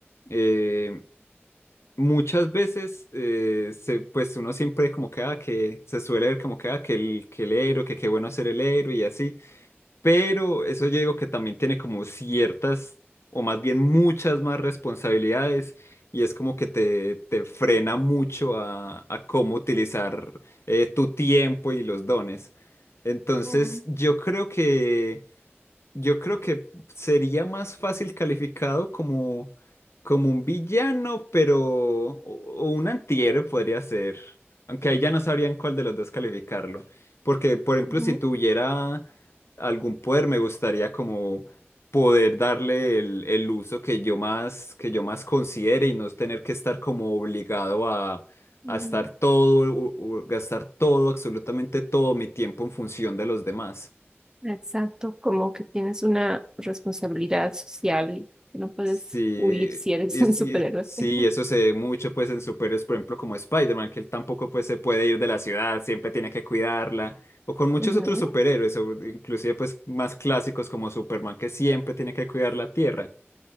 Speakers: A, on the left; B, on the right.
A: eh, Muchas veces, eh, se, pues uno siempre como que, ah, que se suele ver como que, ah, que el, que el héroe, que qué bueno ser el héroe y así, pero eso yo digo que también tiene como ciertas, o más bien muchas más responsabilidades y es como que te, te frena mucho a, a cómo utilizar eh, tu tiempo y los dones. Entonces,
B: Oh,
A: yo creo que yo creo que sería más fácil calificado como, como un villano, pero o, o un antihéroe podría ser. Aunque ahí ya no sabrían cuál de los dos calificarlo. Porque, por ejemplo,
B: ujú.
A: si tuviera algún poder, me gustaría como poder darle el, el uso que yo más, que yo más considere y no tener que estar como obligado a,
B: Mm,
A: a estar todo, u- u- gastar todo, absolutamente todo mi tiempo en función de los demás.
B: Exacto, como que tienes una responsabilidad social que no puedes
A: Sí,
B: huir si eres
A: es-
B: un superhéroe.
A: y- sí,
B: <laughs>
A: eso se ve mucho pues en superhéroes, por ejemplo, como Spider-Man, que él tampoco pues se puede ir de la ciudad, siempre tiene que cuidarla, o con muchos
B: Ujú,
A: otros superhéroes, o inclusive pues más clásicos como Superman, que siempre tiene que cuidar la Tierra.